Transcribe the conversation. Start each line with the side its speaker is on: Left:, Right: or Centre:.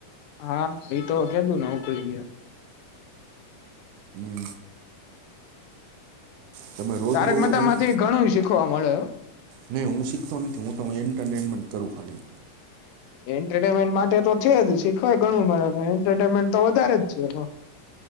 Left: હા એતો કધું ને ઉકલી ગયા
Right: હમ તમે રોજ
Left: તારક
Right: જોવો
Left: મતા
Right: ભાઈ
Left: માંથી ઘણું ખવા મળે
Right: નહી હું શીખતો નથી હું ત એન્ટરટેનમેન્ટ કરું ખાલી
Left: એન્ટરટેનમેન્ટ માટે તો છે જ શીખવાય ઘણું મળે એન્ટરટેનમેન્ટ તો વધારે જ છે